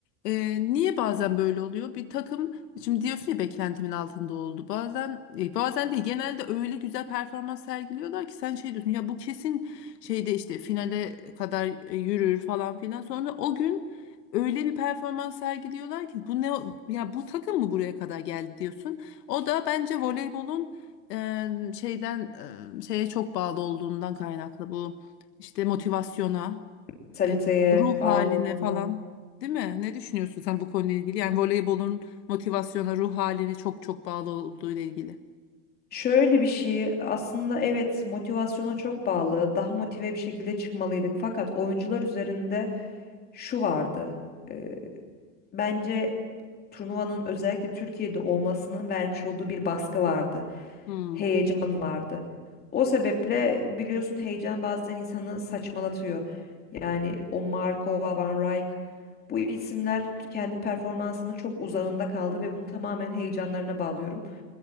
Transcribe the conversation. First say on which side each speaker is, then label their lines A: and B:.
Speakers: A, on the left; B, on the left.
A: e, niye bazen böyle oluyor? Bir takım şimdi diyorsun ya beklentimin altında oldu. Bazen e, bazen değil genelde öyle güzel performans sergiliyorlar ki sen şey diyorsun ya bu kesin şeyde işte finale kadar e, yürür falan filan. Sonra o gün öyle bir performans sergiliyorlar ki bu ne o- ya bu takım mı buraya kadar geldi diyorsun. O da bence voleybolun e, şeyden e, şeye çok bağlı olduğundan kaynaklı bu işte motivasyona
B: Mentaliteye
A: e, ruh
B: bağlı
A: haline
B: olduğundan.
A: falan. Değil mi? Ne düşünüyorsun sen bu konuyla ilgili? Yani voleybolun motivasyona, ruh haline çok çok bağlı olduğu ile ilgili.
B: Şöyle bir şey aslında evet motivasyona çok bağlı. Daha motive bir şekilde çıkmalıydık. Fakat oyuncular üzerinde şu vardı. Ee, bence turnuvanın özellikle Türkiye'de olmasının vermiş olduğu bir baskı vardı.
A: Hmm,
B: heyecan vardı. O sebeple biliyorsun heyecan bazen insanı saçmalatıyor. Yani o Markova, Van Rijk bu isimler kendi performansının çok uzağında kaldı ve bunu tamamen heyecanlarına bağlıyorum.